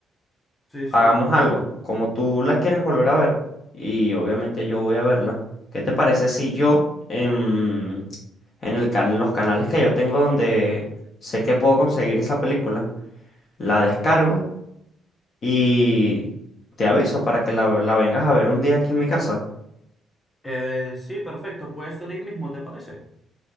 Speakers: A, on the left; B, on the left.
A: sí, sí.
B: hagamos algo, como tú la quieres volver a ver, y obviamente yo voy a verla, ¿qué te parece si yo en, en el can- los canales que yo tengo donde sé que puedo conseguir esa película, la descargo y te aviso para que la, la vengas a ver un día aquí en mi casa?
A: Eh, sí, perfecto. Puede ser hoy mismo, ¿te parece?